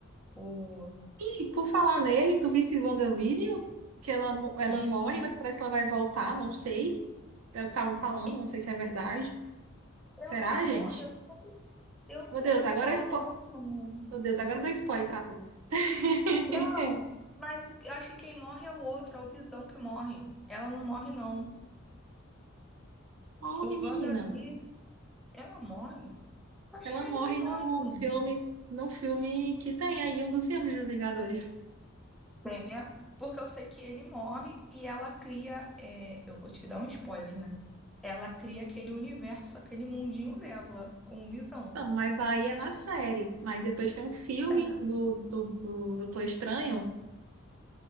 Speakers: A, in the centre; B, on the right (about 80°).
A: O
B: E por falar nele, tu visse WandaVision? Que ela, mo- ela
A: Vini.
B: morre, mas parece que ela vai voltar, não sei. É o que estavam falando,
A: E
B: não sei se é verdade.
A: eu-
B: Será,
A: Ela morre,
B: gente?
A: eu não, eu não
B: Meu
A: lembro
B: Deus, agora
A: se ela
B: é spo...
A: morre, ou não.
B: Meu Deus, agora dá spoiler pra tu. <laughs>
A: Não, mas eu acho que quem morre é o outro, é o Visão que morre. Ela não morre, não.
B: Morre,
A: O WandaVision,
B: menina.
A: ela morre? Eu acho
B: Ela
A: que é
B: morre
A: ele que morre,
B: no
A: menina.
B: filme, no filme que tem aí, um dos filmes dos Vingadores.
A: É, porque eu sei que ele morre e ela cria. é, eu vou te dar um spoiler, né? Ela cria aquele universo, aquele mundinho dela, com visão.
B: Então, mas aí é na série. Aí depois tem um filme
A: É.
B: do, do, do Doutor Estranho,